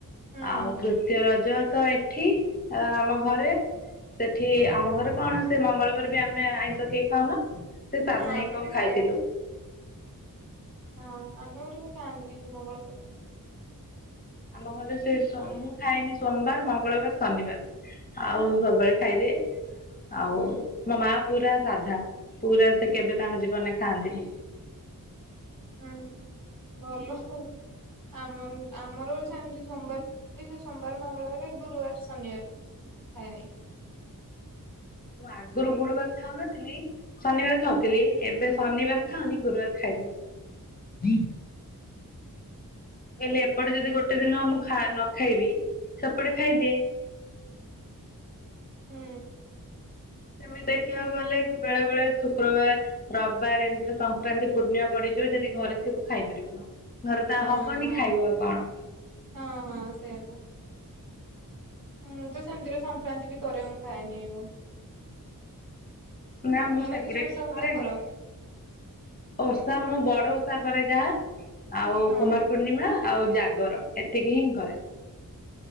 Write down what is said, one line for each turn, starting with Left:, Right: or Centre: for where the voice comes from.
Right: ହଁ
Left: ଆଉ ତୃତୀ ଦ୍ଵିତୀୟ ରଜ ତ ଏଠି ଅ ଆମ ଘରେ। ସେଠି ଆମ ଘରେ କଣ ସେ ମଙ୍ଗଳ ବାର ବି ଆମେ ଆଇଁଷ କିଏ ଖାଉନୁ। ସେ ସାଧା
Right: ଆମେ
Left: ହିଁ କଣ
Right: ବି
Left: ଖାଇଥିଲୁ।
Right: ସେଇଆ ହଁ ଆମେ ବି ଖାଆନ୍ତିି ମଙ୍ଗଳ ବାର।
Left: ଆମ ଘରେ ସେଇ ସମୁ ଖାଇନି ସୋମବାର, ମଙ୍ଗଳବାର, ଶନିବାର ଆଉ ସବୁବେଳେ ଖାଇଦିଏ। ଆଉ ମୋ ମା ପୁରା ସାଧା ପୁରା ସେ କେବେ ତାଙ୍କ ଜୀବନରେ ଖାଆନ୍ତିନି।
Right: ହୁଁ ଭଲ ହଉ। ଆମ ଆମର ସେମିତି ସୋମବାର ସେ ସୋମବାର, ମଙ୍ଗଳବାର, ଗୁରୁବାରେ, ଶନିବାରେ ଖାଇବି।
Left: ମୁଁ ଆଗରୁ ଗୁରୁବାର ଖାଉନଥିଲି। ଶନିବାର ଖାଉଥିଲି ଏବେ ଶନିବାର ଖାଉନି ଗୁରୁବାର ଖାଇ ଦଉଛି। ହେଲେ ଏପଟେ ଯଦି ଗୋଟେ ଦିନ ମୁଁ ନ ଖାଇବି ସେପଟେ ଖାଇଦିଏ।
Right: ହୁଁ।
Left: ସେମିତି ଦେଖିବାକୁ ଗଲେ ବେଳେ ବେଳେ ଶୁକ୍ରବାର ରବିବାର ଏମିତିରେ ସଂକ୍ରାନ୍ତି ପୂର୍ଣ୍ଣିମା ପଡ଼ିଯିବ ଯଦି ଘରେ ଥିବୁ ଖାଇପାରିବୁନୁ। ଘରେ ତ
Right: ହଁ
Left: ହବନି
Right: ହଁ
Left: ଖାଇବ ଆଉ କଣ?
Right: ହଁ, ହଁ ସେଇଆ ତ। ମୁଁ ତ ସେମିତିରେ ସଂକ୍ରାନ୍ତି ବି କରେ ମୁଁ ଖାଏ ନି ଆଉ।
Left: ନା ମୁଁ
Right: ତମେ
Left: ସେଗୁଡିଏ
Right: ଓଷା
Left: କିଛି
Right: ଫୋଷା
Left: କରେନି।
Right: କର?
Left: ଓଷା ମୁଁ ବଡ଼ ଓଷା କରେ ଯାହା ଆଉ
Right: ହଁ
Left: କୁମାର ପୂର୍ଣ୍ଣିମା ଆଉ ଜାଗର ଏତିକି ହିଁ କରେ।